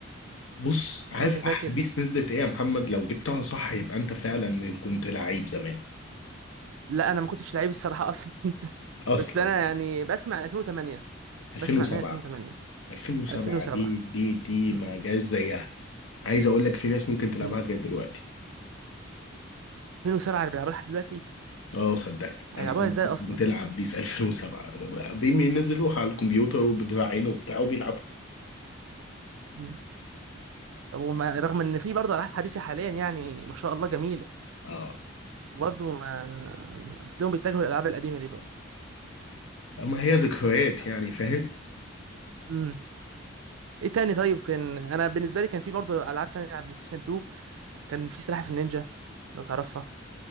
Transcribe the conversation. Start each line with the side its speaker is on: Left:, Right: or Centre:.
Left: بص عارف
Right: لو انت فاكر
Left: احلى بيس نزلت ايه يا محمد لو جبتها صح يبقى انت فعلا كنت لعيب زمان
Right: لا انا ما كنتش لعيب الصراحه اصلا <laughs>
Left: اصلا
Right: بس انا يعني بسمع 2008
Left: 2007
Right: بسمع ان هي 2008
Left: 2007
Right: 2007
Left: دي دي دي
Right: م-
Left: ما جاش زيها عايز اقول لك في ناس ممكن تلعبها
Right: م.
Left: لغايه دلوقتي
Right: 2007 اللي بيلعبوها لحد دلوقتي
Left: اه صدقني
Right: هيلعبوها
Left: انا عارف
Right: ازاي
Left: ناس
Right: اصلا
Left: بتلعب بيس 2007 بينزلوها على الكمبيوتر وبتراعينه وبتاع وبيلعبوا
Right: م. طب وما رغم ان في برضه العاب حديثه حاليا يعني ما شاء الله جميله
Left: اه
Right: برضه ما ما- تلاقيهم بيتجهوا للالعاب القديمه دي برضه
Left: ما هي ذكريات يعني فاهم
Right: امم ايه تاني طيب كان انا بالنسبه لي كان في برضه العاب تانية على بلاي ستيشن 2 كان في سلاحف النينجا لو تعرفها